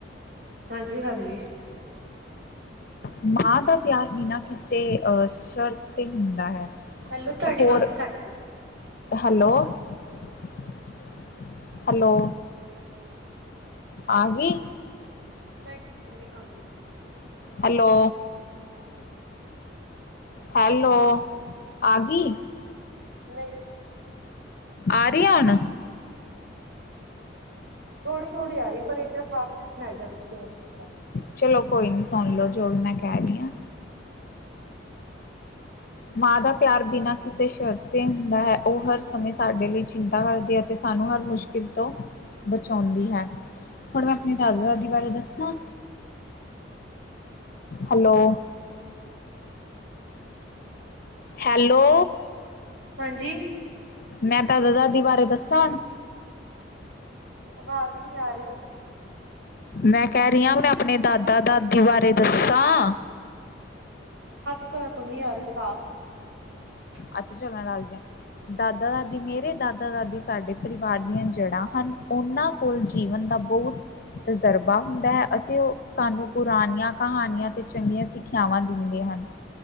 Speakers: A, on the right; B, on the left.
A: ਹਾਂਜੀ ਹਾਂਜੀ
B: ਮਾਂ ਦਾ ਪਿਆਰ ਬਿਨਾਂ ਕਿਸੇ ਅਹ ਸਵਰਥ ਤੇ ਹੁੰਦਾ ਹੈ।
A: ਹੈਲੋ ਤੁਹਾਡੀ
B: ਹੋਰ
A: ਆਵਾਜ਼ ਘੱਟ ਗਈ
B: ਹੈਲੋ <inaudible> ਹੈਲੋ ਆਗੀ
A: ਨਹੀਂ ਹੁਨ ਨਹੀਂ ਆ ਰਹੀ
B: ਹੈਲੋ ਹੈਲੋ ਆਗੀ
A: ਨਹੀਂ
B: ਆ ਰਹੀ ਹੈ ਹੁਨ
A: ਥੋੜੀ ਥੋੜੀ ਆ ਰਹੀ ਪਰ ਇੰਨਾ ਸਾਫ਼ ਨਹੀਂ ਸੁਣਾਈ <unintelligible>
B: ਚਲੋ ਕੋਈ ਨੀ ਸੁਣ ਲੋ ਜੋ ਵੀ ਮੈਂ ਕੈਹ ਰਹੀ ਹਾਂ ਮਾਂ ਦਾ ਪਿਆਰ ਬਿਨਾਂ ਕਿਸੇ ਸ਼ਰਤ ਤੇ ਹੁੰਦਾ ਹੈ ਉਹ ਹਰ ਸਮੇਂ ਸਾਡੇ ਲਈ ਚਿੰਤਾ ਕਰਦੀ ਹੈ ਤੇ ਸਾਨੂੰ ਹਰ ਮੁਸ਼ ਕਿਤੋਂ ਬਚਾਉਂਦੀ ਹੈ ਹੁਣ ਮੈਂ ਆਪਣੇ ਦਾਦਾ ਦਾਦੀ ਬਾਰੇ ਦੱਸਾਂ ਹੈਲੋ ਹੈਲੋ
A: ਹਾਂਜੀ
B: ਮੈਂ ਦਾਦਾ ਦਾਦੀ ਬਾਰੇ ਦੱਸਾਂ ਹੁਨ
A: ਆਵਾਜ਼ ਨੀ ਆ ਰੀ,
B: ਮੈਂ ਕੈ ਰੀ ਆਂ, ਮੈਂ ਆਪਣੇ ਦਾ ਦਾਦਾ ਦਾਦੀ, ਬਾਰੇ ਦੱਸਾਂ।
A: <unintelligible> ਕੋਨੀ ਆਰੀ ਸਾਫ਼।
B: ਅੱਛਾ ਚਲੋ, ਮੈਂ ਦੱਸਦਿਆ ਦਾਦਾ ਦਾਦੀ ਮੇਰੇ ਦਾਦਾ ਦਾਦੀ ਸਾਡੇ ਪਰਿਵਾਰ ਦੀਆਂ ਜੜ੍ਹਾਂ ਹਨ, ਉਨਾਂ ਕੋਲ ਜੀਵਨ ਦਾ ਬਹੁਤ ਤਜਰਬਾ ਹੁੰਦਾ ਹੈ, ਅਤੇ ਉਹ ਸਾਨੂੰ ਪੁਰਾਣੀਆਂ ਕਹਾਣੀਆਂ ਤੇ ਚੰਗੀਆਂ ਸਿੱਖਿਆਵਾਂ ਦਿੰਦੇ ਹਨ,